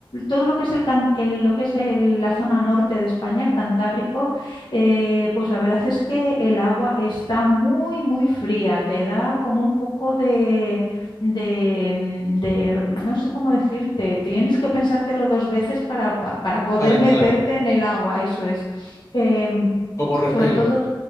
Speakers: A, on the left (about 60°); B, on the left (about 40°).
A: todo lo que es el, can- el- lo que es el- la zona norte de España, el Cantábrico, eh, pues la verdad es que el agua está muy, muy fría, te da como un poco de, de, mm, de r- no sé cómo decirte, tienes que pensártelo dos veces para, pa- para poder
B: para entrar,
A: meterte en el agua, eso es. Em,
B: como repelo,
A: sobre todo